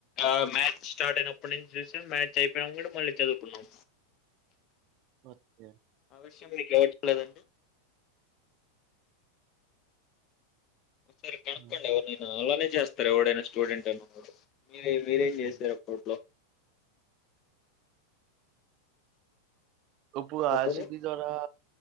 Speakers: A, on the left (about 35°); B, on the right (about 40°).
A: ఆ మ్యాచ్ స్టార్ట్ అయినప్పటి నుంచి చూసాం మ్యాచ్ అయిపోయినంక కూడా మళ్ళీ చదువుకున్నాం
B: ఓకే
A: <unintelligible> ఎవరికీ లేదండి సారి కనుక్కోండి
B: హ్మ్.
A: ఎవరినైనా అలానే చేస్తారు ఎవడైనా స్టూడెంట్ అను మరీ మీరేం
B: ఓకే.
A: చేసారు అప్పట్లో
B: ఇప్పుడు అర్
A: చెప్పండి
B: సి బి ద్వారా